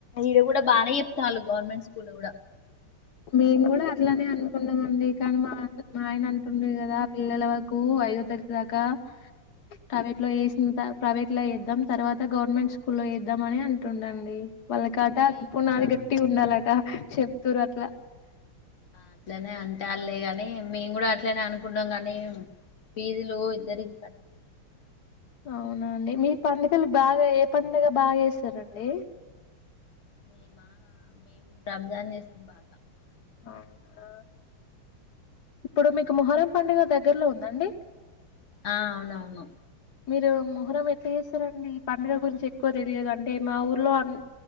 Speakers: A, on the left (about 80°); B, on the left (about 55°).
A: ఇడ కూడా బాగానే చెప్తున్నాలు గవర్నమెంట్ స్కూల్ కూడా.
B: మేము కూడా అట్లానే అనుకున్నాం అండి కానీ మా మా ఆయన అంటుండు కదా పిల్లలకు అయితది ఇప్పటిదాకా. ప్రైవేట్ లో వేసిన్ తర్వాత ప్రైవేట్ లో వేద్దాం తర్వాత గవర్నమెంట్ స్కూల్ లో వేద్దాంమని అంటుండండి. వాళ్ళకాట
A: మేము
B: పునాది
A: కూడా
B: గట్టిగా ఉండాలట చెప్తూంరు అట్లా.
A: అట్లానే అంటర్లేగాని మేము కూడా అట్లనే అనుకున్నాం గాని. ఫీజులు ఇద్దరికం.
B: అవునా అండి మీ
A: ఏం
B: పనులకెళ్లి
A: పని
B: బాగా ఏ పని బాగా చేస్త. సరేనండి.
A: మేమా మేము రంజాన్ చేస్తాం బాగా.
B: అవునా ఇప్పుడు మీకు. ఇక మొహరం పండుగ దగ్గరలో ఉందండి.
A: ఆహ్ అవునవును.
B: మీరు మొహరం ఎట్లా చేస్తారండి ఈ పండుగ గురించి ఎక్కువ తెలియదు అండి మా ఊర్లో అంద.